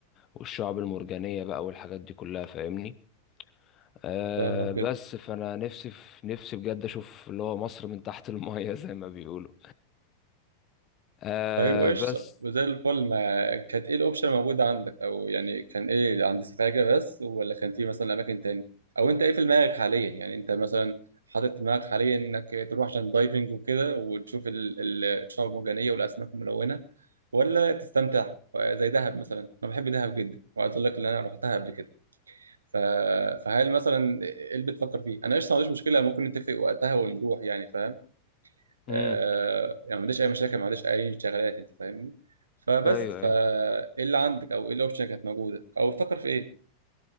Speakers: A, on the left; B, on the right.
A: والشعب المرجانيه بقى والحاجات دي كلها فاهمني أه
B: فاهمك
A: بس
B: جدا
A: فانا نفسي في نفسي بجد اشوف اللي هو مصر من تحت المايه <laughs> زي ما بيقولوا أه
B: طيب وإيش
A: بس
B: وزي الفل ما كانت إيه الأوبشن موجودة عندك أو يعني كان إيه عند سفاجة بس ولا كان في مثلا أماكن تاني أو أنت إيه في دماغك حاليا يعني أنت مثلا حاطط في دماغك حاليا إنك تروح عشان دايفنج وكده وتشوف ال- ال- الشعاب المرجانية والأسماك الملونة ولا تستمتع زي دهب مثلا أنا بحب دهب جدا وعايز أقول لك إن أنا رحتها قبل كده ف... فهل مثلا إيه اللي بتفكر فيه؟ أنا قشطة ما عنديش مشكلة ممكن نتفق وقتها ونروح يعني فاهم
A: امم
B: آه، يعني ما عنديش اي مشاكل ما عنديش اي شغلات انت فاهمني فبس
A: ايوه
B: فايه
A: أيوة.
B: اللي عندك او ايه الاوبشن كانت موجوده او بتفكر في ايه